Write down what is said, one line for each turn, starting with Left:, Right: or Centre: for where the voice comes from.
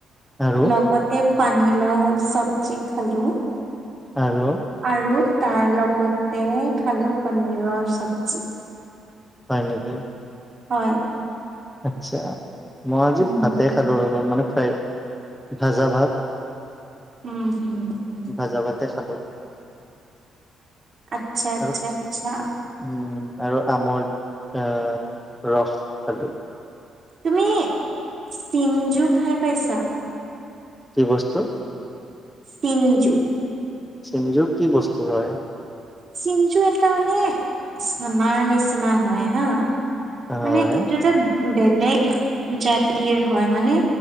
Centre: আৰু
Right: লগত এ, পানী লাও চবজি খালো।
Centre: আৰু।
Right: আৰু তাৰ লগতে খালোঁ পনীৰৰ চব্জি।
Centre: হয় নেকি?
Right: হয়।
Centre: আচ্ছা, মই আজি
Right: উম,
Centre: ভাতেই খালোঁ ৰ'বা, মানে ফ্ৰাই-ভাজা ভাত।
Right: উম, হুম, হুম।
Centre: ভাজা ভাতেই খালো।
Right: আচ্ছা, আচ্ছা,
Centre: আৰু
Right: আচ্ছা।
Centre: উম, আৰু আমৰ এ, ৰস খালো।
Right: তুমি চিনঞ্জু খাই পাইছা?
Centre: কি বস্তু?
Right: টীমঞ্জু।
Centre: চিমঞ্জু কি বস্তু হয়?
Right: চিমঞ্জু এটা মানে চানাৰ নিচিনা হয় হা।
Centre: হয়
Right: মানে এইটো এটা বেলেগ জাতিৰ হয়, মানে